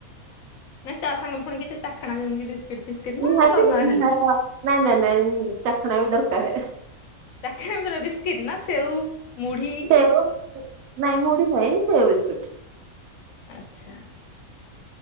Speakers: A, on the left (about 75°); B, on the right (about 70°).
A: ନା ଚା ସାଙ୍ଗେ ପୁଣି କିଛି ଚାଖଣା ଯେମିତି ଫିସ୍କିଟ ନା
B: ନିହାତି
A: ନର୍ମାଲ
B: ନାଇଁ
A: ଖାଲି?
B: ନାଇଁ ନାଇଁ ଚାଖଣା ବି ଦରକାର
A: ତାଖଣା <unintelligible> ମେ ବିସ୍କିଟ ନା ସେଉ ମୁଢ଼ୀ
B: ସେଓ ନାଇ ମୁଡ଼ି ନାହି ସେଓ ବିସ୍କୁଟ୍
A: ଆଚ୍ଛା।